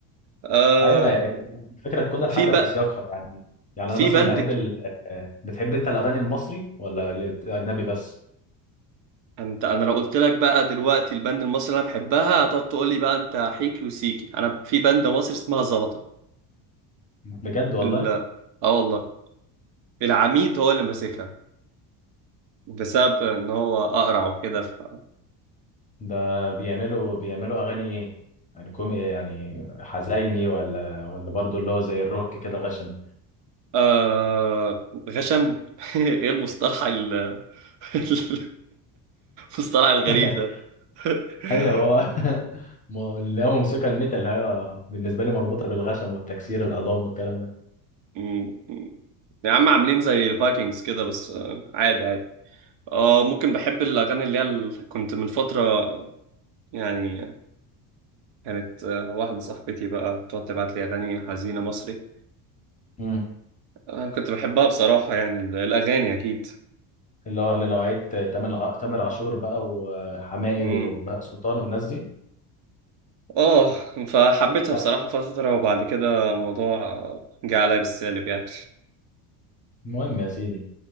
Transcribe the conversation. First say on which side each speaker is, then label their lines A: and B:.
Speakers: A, on the right; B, on the left.
A: آه
B: ايوه ما هي- الفكرة تكون الحاجة
A: في بقى
B: في سياقها يعني يعني
A: في
B: انا مثلا
A: بندك
B: بحب ال... آه، بتحب انت الاغاني المصري ولا الاجنبي بس
A: انت انا لو قلت لك بقى دلوقتي البند المصري اللي انا بحبها هتقعد تقول لي بقى انت حيكي وسيكي انا في بند مصري اسمها زلطه
B: بجد والله
A: ال... اه والله العميد هو اللي ماسكها بسبب ان هو اقرع وكده ف...
B: ده بيعملوا بيعملوا اغاني ايه يعني كوم إيه؟ يعني حزيني ولا ولا برضو اللي هو زي الروك كده غشم
A: آه غشم <laughs> ايه المصطلح ال... <laughs> المصطلح الغريب
B: <laughs>
A: ده <laughs>
B: ايوه هو <laughs> ما- اللي هو موسيقى الميتال هي بالنسبة لي مربوطة بالغشم والتكسير العظام والكلام ده
A: مم. مم. يا عم عاملين زي الفايكنجز كده بس آه، عادي عادي اه ممكن بحب الاغاني اللي هي ال- كنت من فتره يعني كانت آه، واحده صاحبتي بقى تقعد تبعت لي اغاني حزينه مصري
B: مم.
A: انا كنت بحبها بصراحه يعني ال- الاغاني اكيد
B: اللي هو لنوعية تامر تامر عاشور بقى وحماقي
A: امم
B: وبهاء سلطان والناس دي
A: اه فحبيتها
B: لا
A: بصراحه فتره وبعد كده الموضوع آه، جه عليا بالسالب يعني
B: المهم يا سيدي